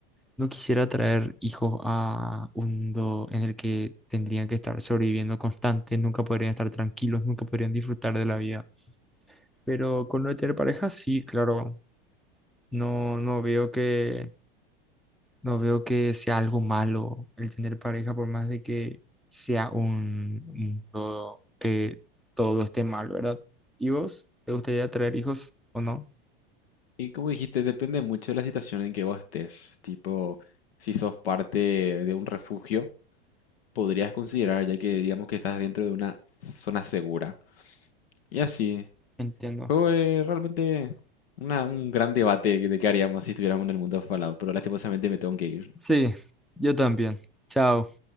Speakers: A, in the centre; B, on the left.
A: no quisiera traer hijos a un mundo en el que tendrían que estar sobreviviendo constantes, nunca podrían estar tranquilos, nunca podrían disfrutar de la vida. Pero con lo de tener pareja, sí, claro, no, no veo que, no veo que sea algo malo el tener pareja, por más de que sea un mundo que todo esté mal, ¿verdad? ¿Y vos? ¿Te gustaría traer hijos o no?
B: Y como dijiste, depende mucho de la situación en que vos estés. Tipo, si sos parte de un refugio, podrías considerar, ya que digamos que estás dentro de una zona segura. Y así,
A: Entiendo.
B: fue realmente una- un gran debate de qué haríamos si estuviéramos en el mundo Fallout, pero lastimosamente me tengo que ir.
A: Sí, yo también. Chao.